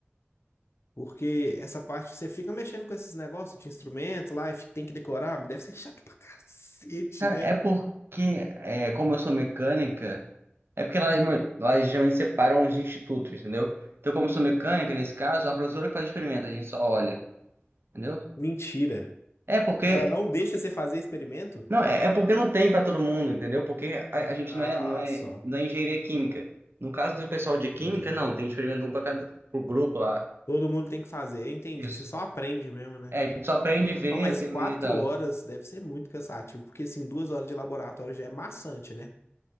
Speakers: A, on the left; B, on the right.
A: Porque essa parte você fica mexendo com esses negócios de instrumento lá e fi- tem que decorar, mas deve ser chato pra cacete,
B: Cara,
A: né?
B: é porque, é, como eu sou mecânica, é porque lá, lá geralmente separam os institutos, entendeu? Então, como eu sou mecânica, nesse caso, a professora que faz o experimento, a gente só olha, entendeu?
A: Mentira.
B: É porque
A: Ela não deixa você fazer experimento?
B: Não, é, é porque não tem para todo mundo, entendeu? Porque a, a gente
A: Ah,
B: não é, não é,
A: só.
B: não é engenharia química. No caso do pessoal de química,
A: Entendi.
B: não, tem experimento um para cada pro grupo lá.
A: Todo mundo tem que fazer, eu entendi.
B: Isso.
A: Você só aprende mesmo, né?
B: É, a gente só aprende a ver
A: Não, mas
B: a teoria
A: quatro
B: e tal.
A: horas deve ser muito cansativo, porque assim, duas horas de laboratório já é maçante, né?